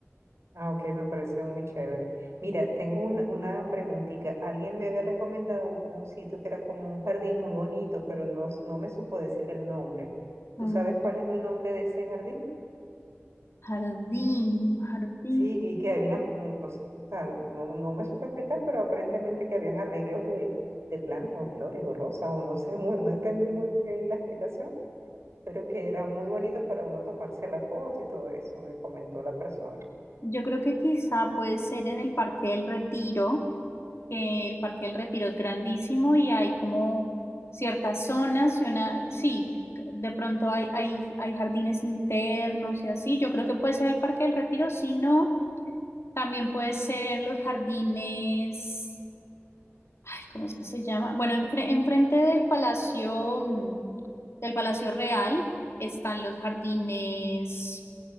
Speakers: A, on the right; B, on the left.
A: Ah, ok, me parece muy chévere. Mira, tengo un- una preguntita. Alguien me había recomendado un, un sitio que era como un jardín muy bonito, pero no, s- no me supo decir el nombre.
B: Un
A: ¿Tú sabes cuál es el nombre de ese jardín?
B: jardín, un jardín.
A: Sí, y que hay una, un- o sea, no, no me supe explicar, pero aparentemente que habían arreglos de, de plantas o flores o rosas, o no sé, muy, no entendí muy bien la explicación, pero que era muy bonito para uno tomarse la foto y todo eso, me comentó la persona.
B: Yo creo que quizá puede ser en el Parque del Retiro, que el Parque del Retiro es grandísimo y hay como ciertas zonas y una, sí, de pronto hay, hay, hay jardines internos y así. Yo creo que puede ser el Parque del Retiro, si no, también puede ser los jardines, ay, ¿cómo es que se llama? Bueno, enfre- enfrente del Palacio, mm, del Palacio Real están los jardines.